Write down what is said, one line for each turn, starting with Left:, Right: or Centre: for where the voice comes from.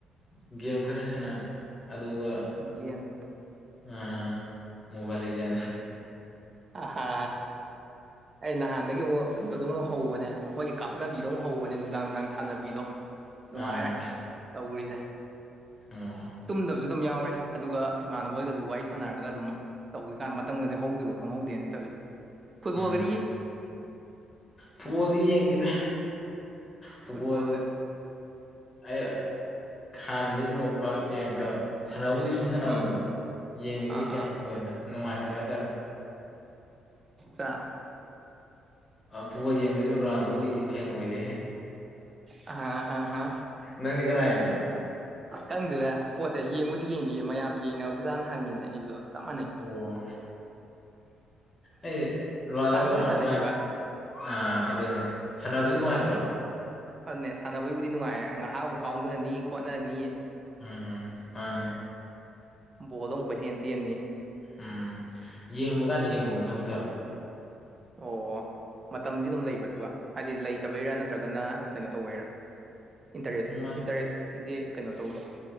Left: ꯎ ꯒꯦꯝ ꯈꯔ ꯁꯥꯟꯅ ꯑꯗꯨꯒ
Right: ꯒꯦꯝ
Left: ꯑ ꯃꯣꯕꯥꯥꯏꯜꯖ
Right: ꯑꯍꯥ ꯑꯩ ꯅꯍꯥꯟꯗꯒꯤ ꯑꯃꯨꯛ ꯀꯩꯅꯣꯗꯧꯨꯛ ꯍꯧꯕꯅꯦ ꯑꯩꯈꯣꯏꯒꯤ ꯀꯥꯞꯅꯕꯤꯗꯣ ꯑꯃꯨꯛ ꯍꯧꯕꯅꯦ ꯅꯨꯡꯗꯥꯡ ꯅꯨꯡꯗꯥꯡ ꯁꯥꯟꯅꯕꯤꯗꯣ ꯅꯨꯡꯉꯥꯏꯔꯦ
Left: ꯑꯥ
Right: ꯇꯧꯔꯤꯗ
Left: ꯑꯣ
Right: ꯇꯨꯝꯗꯕꯁꯨ ꯑꯗꯨꯝ ꯌꯥꯎꯋꯦ ꯑꯗꯨꯒ ꯏꯃꯥꯟꯅꯕꯣꯏꯒꯁꯨ ꯋꯥꯔꯤ ꯁꯥꯟꯅꯔꯒ ꯑꯗꯨꯝ ꯇꯧꯈꯤꯀꯥꯟ ꯃꯇꯝꯒꯁꯦ ꯍꯧꯈꯤꯕ ꯈꯪꯍꯧꯗꯦꯅ ꯇꯧꯔꯤꯁꯦ ꯐꯨꯠꯕꯣꯒꯦ
Left: ꯎꯝ ꯐꯨꯠꯕꯣꯜꯗꯤ ꯌꯦꯡꯗꯦꯗ ꯄꯨꯄꯗꯤ
Right: ꯐꯨꯠꯕꯣꯜꯁꯦ
Left: ꯑ ꯈꯥꯟ ꯏꯣ ꯄꯥꯛ ꯌꯦꯡꯗ ꯁꯥꯟꯅꯕꯕꯨꯗꯤ ꯁꯨꯝ ꯁꯥꯟꯅꯕꯀꯣ
Right: ꯎꯝ
Left: ꯌꯦꯡꯕꯨꯗꯤ
Right: ꯑꯥ
Left: ꯀꯌꯥ
Right: ꯑꯥ
Left: ꯊꯣꯏꯅ ꯅꯨꯡꯉꯥꯏꯇ ꯇꯋ ꯇꯔ
Right: ꯑꯆꯥ
Left: ꯐꯨꯠꯕꯣꯜ ꯌꯦꯡꯗꯁꯨ ꯔꯥꯟꯗꯨꯒꯤꯗꯤ ꯐꯦꯟ ꯑꯣꯏꯔꯦꯍꯦ
Right: ꯑꯥ ꯑꯥ ꯍꯥ
Left: ꯅꯪꯅꯤ ꯀꯅꯥ ꯍꯥꯏꯅ
Right: ꯀꯪꯗꯨꯗ ꯄꯣꯠꯁꯦ ꯌꯦꯡꯉꯕꯨꯗꯤ ꯌꯦꯡꯗꯣꯏ ꯃꯌꯥꯝ ꯌꯦꯡꯅꯕꯁꯨ ꯆꯥꯅ ꯍꯪꯉꯤꯅꯦ ꯑꯩꯁꯨ ꯆꯞ ꯃꯥꯟꯅꯩ
Left: ꯑꯣ ꯑꯩ ꯂꯨꯍꯜꯗꯧꯕ
Right: ꯁꯥꯟꯕꯨꯗꯤ
Left: ꯄꯥꯝꯃꯤ
Right: ꯁꯥꯟꯅꯩꯌꯦꯕ
Left: ꯃꯥꯏ ꯑꯥ ꯑꯗꯨꯅꯦ ꯁꯅꯥꯕꯗꯤ ꯅꯨꯡꯉꯥꯏꯇ꯭ꯔꯣ
Right: ꯑꯗꯨꯅꯦ ꯁꯥꯟꯅꯕꯒꯤꯕꯨꯗꯤ ꯅꯨꯡꯉꯥꯏꯌꯦ ꯉꯥꯏꯍꯥꯛ ꯑꯃꯨꯛ ꯀꯥꯎꯅꯔꯅꯤ ꯈꯣꯠꯅꯔꯅꯤ
Left: ꯎꯝ ꯍꯅꯦ
Right: ꯕꯣꯜꯗꯣ ꯑꯃꯨꯛ ꯀꯣꯏꯆꯦꯟ ꯆꯦꯟꯅꯤ
Left: ꯎꯝ ꯌꯦꯡꯉꯨ ꯀꯅꯤ ꯌꯦꯡꯉꯨ ꯍꯪꯒꯥ
Right: ꯑꯣ ꯃꯇꯝꯗꯤ ꯑꯗꯨꯝ ꯂꯩꯕꯗꯨ ꯍꯥꯏꯗꯤ ꯂꯩꯇꯕꯩꯔꯥ ꯅꯠꯇ꯭ꯔꯒꯅ ꯀꯩꯅꯣ ꯇꯧꯕꯩꯔꯥ ꯏꯟꯇꯔꯦꯁ
Left: ꯃ
Right: ꯏꯟꯇꯔꯦꯁꯁꯤꯗꯤ ꯀꯩꯅꯣ ꯇꯧꯗꯣ